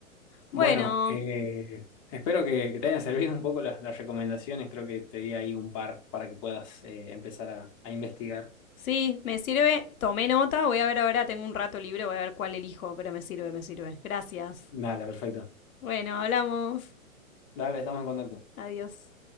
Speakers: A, on the left; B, on the left.
A: Bueno,
B: Bueno, eh, espero que, que te hayan servido un poco las, las recomendaciones, creo que te di ahí un par para que puedas eh, empezar a a investigar.
A: sí, me sirve. Tomé nota. Voy a ver ahora, tengo un rato libre, voy a ver cuál elijo, pero me sirve, me sirve. Gracias.
B: Dale, perfecto.
A: Bueno, hablamos.
B: Dale, estamos en contacto.
A: Adiós.